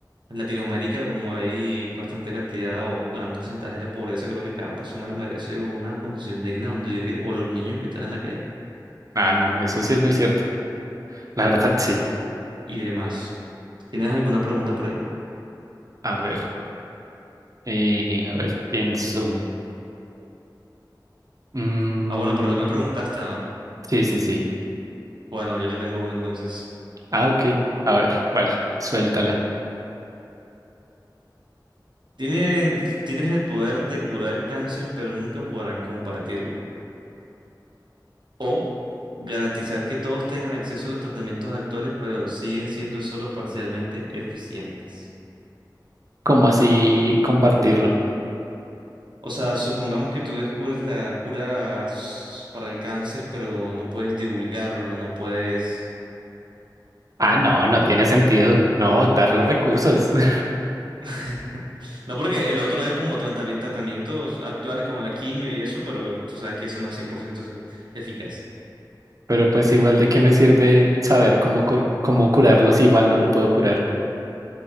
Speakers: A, on the right; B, on the right.
A: en Latinoamérica, como hay bastante cantidad o gran porcentaje de pobreza, creo que cada persona merece una condición digna donde vivir o los niños que están en la calle
B: Ah, no, eso sí es muy cierto. La verdad, sí.
A: y demás. ¿Tienes alguna pregunta por ahí?
B: A ver, eh, a ver, pienso. Mm,
A: Ah, bueno, pero tú me preguntaste, ¿no?
B: sí, sí, sí.
A: Bueno, yo te tengo una entonces.
B: Ah, ok. A ver, ¿cuál? Suéltala.
A: Tienen, tienes el poder de curar el cáncer, pero nunca podrán compartirlo. O garantizar que todos tengan acceso a los tratamientos actuales, pero siguen siendo solo parcialmente eficientes.
B: ¿Cómo así compartirlo?
A: O sea, supongamos que tú descubres la cura s- para el cáncer, pero no puedes divulgarlo, no puedes...
B: Ah, no, no tiene sentido. No, dar los recursos. <laughs>
A: <laughs> No, porque el otro es como tratami- tratamientos actuales como la quimio y eso, pero tú sabes que eso no es 100% se- eficaz.
B: Pero pues igual de qué me sirve saber cómo, cur- cómo curarlos, igual no lo puedo curar.